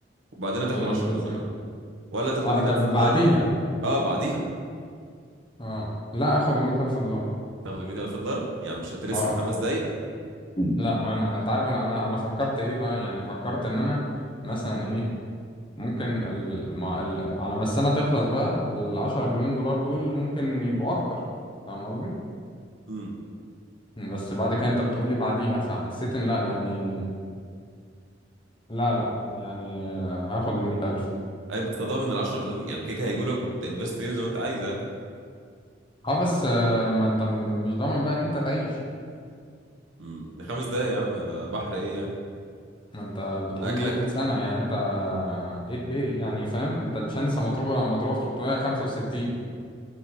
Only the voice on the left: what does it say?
لمدة
سنة
اه
ده بعديها
اه لا اخد مية الف دولار
اه
لا ما انا انت عارف انا انا انا فكرت ايه بقى يعني فكرت ان انا مثلا ايه ممكن ال... مع ال... على ما السنة تخلص بقى العشرة مليون دولار دول ممكن يبقوا اكتر فاهم قصدي
بس بعد كده انت بتقولي بعديها فحسيت ان لا يعني لا لا يعني آه، هاخد المية الف
اه بس آه، ما انت م- مش ضامن بقى ان انت تعيش
ما انت بتقول
لمدة سنة يعني انت ايه ايه يعني فاهم انت الشانس مضروبة مضروبة في 365